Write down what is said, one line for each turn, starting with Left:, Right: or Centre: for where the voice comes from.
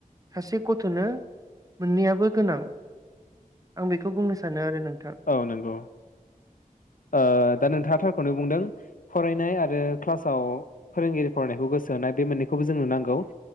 Right: सासे गथ'नो मोननैयाबो गोनां आं बेखौ बुंनो सानो आरो नोंथां
Left: औ नंगौ ओ दा नोंथाङाथारखौनो बुंदों फरायनाय आरो क्लासाव फोरोंगिरि फरायनायखौ गोसो होनाय बे मोननैखौबो जोंनो नांगौ। अ